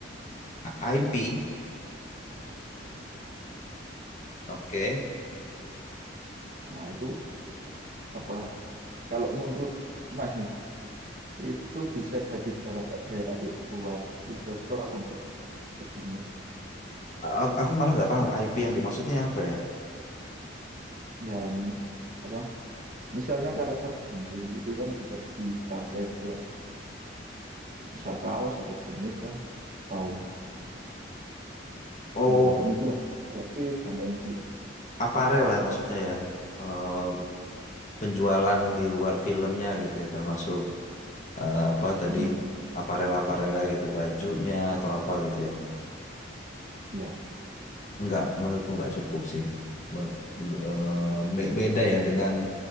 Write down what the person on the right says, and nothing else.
Nah itu apakah Kalau menurut Mas nih, itu bisa jadi darat, daya tarik buat investor atau enggak sebelumnya?
Yang apa? Misalnya karakter Jumbo itu kan bisa dipakai buat misal kaos atau boneka atau
ya apapun itulah, kayak pin dan lain-lain.
Mm-mm.
Ya,